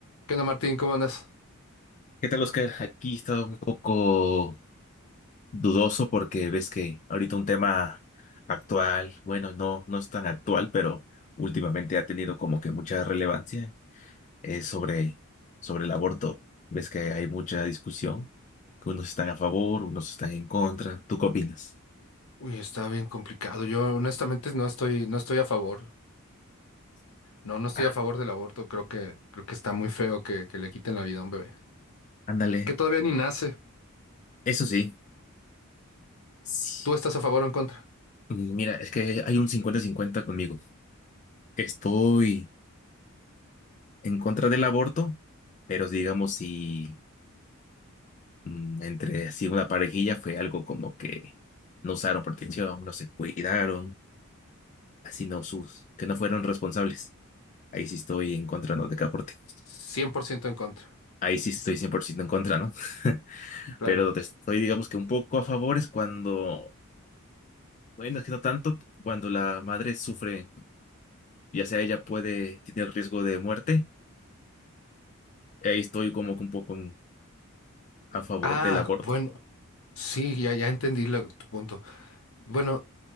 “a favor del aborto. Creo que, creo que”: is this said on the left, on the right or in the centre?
Left